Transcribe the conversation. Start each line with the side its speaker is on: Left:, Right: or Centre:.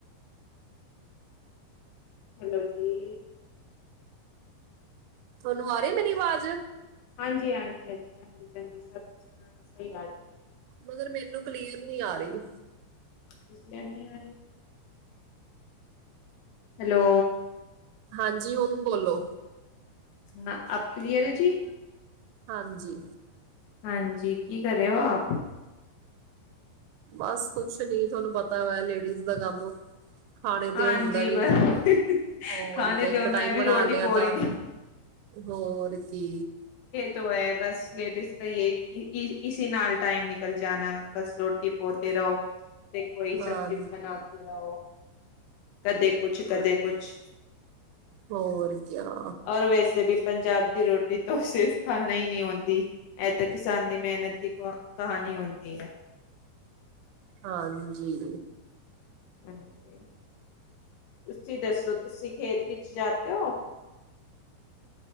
Left: ਹੈਲੋ ਜੀ
Right: ਤੁਹਾਨੂੰ ਆ ਰਹੀ ਮੇਰੀ ਆਵਾਜ਼
Left: ਹਾਂਜੀ ਹਾਂਜੀ ਹਾਂਜੀ ਚੰਗੀ ਚੰਗੀ ਸਭ ਸਹੀ ਆ ਰਹੀ ਹੈ
Right: ਮਗਰ ਮੈਨੂੰ ਕਲੀਅਰ ਨਹੀਂ ਆ ਰਹੀ
Left: ਕਲੀਅਰ ਨਹੀਂ ਆਰੀ ਹੈਲੋ
Right: ਹਾਂਜੀ ਹੁਣ ਬੋਲੋ
Left: ਨਾ ਅਬ ਕਲੀਅਰ ਐ ਜੀ
Right: ਹਾਂਜੀ
Left: ਹਾਂਜੀ ਕੀ ਕਰ ਰਹੇ ਹੋ ਆਪ
Right: ਬਸ ਕੁਛ ਨੀ ਤੁਹਾਨੂੰ ਪਤਾ ਵਾ ਲੇਡੀਜ਼ ਬ ਕਮ ਖਾਣੇ ਤੇ
Left: ਹਾਂਜੀ
Right: ਉਹ ਹੁੰਦਾ ਵੀ
Left: ਬਸ
Right: ਹੋਰ
Left: ਖਾਣੇ
Right: ਕਿਆ ਇੱਕ
Left: ਦਿਓ ਮੈਂ
Right: ਟਾਈਮ
Left: ਵੀ
Right: ਬਣਾ
Left: ਰੋਟੀ
Right: ਲਿਆ
Left: ਪੋ
Right: ਤਾਂ
Left: ਰਹੀ ਥੀ
Right: ਹੋਰ ਕੀ
Left: ਤੋਂ ਹੈ ਬਸ ਲੇਡੀਜ਼ ਕ ਯਈ ਇਸੀ ਨਾਲ ਟਾਈਮ ਨਿਕਲ ਜਾਣਾ ਬਸ ਰੋਟੀ ਪੋਤੇ ਰਹੋ ਤੇ ਕੋਈ
Right: ਹਾਂ
Left: ਸਬਜ਼ੀ ਬਣਾਦੇ ਰਹੋ ਕਦੇ ਕੁਛ ਕਦੇ ਕੁਛ
Right: ਹੋਰਕਿਆ
Left: ਔਰ ਵੈਸੇ ਵੀ ਪੰਜਾਬ ਦੀ ਰੋਟੀ ਤੋਂ ਸਿਰਫ਼ ਖਾਨਣਾ ਹੀ ਨਹੀਂ ਆਉਂਦੀ ਇਹ ਤਾਂ ਕਿਸਾਨ ਦੀ ਮਿਹਨਤ ਦੀ ਕਹਾਣੀ ਹੁੰਦੀ ਹੈ
Right: ਹਾਂਜੀ
Left: ਹਾਂਜੀ ਤੁਸੀਂ ਦੱਸੋ ਤੁਸੀਂ ਖੇਤ ਵਿਚ ਜਾਤੇ ਹੋ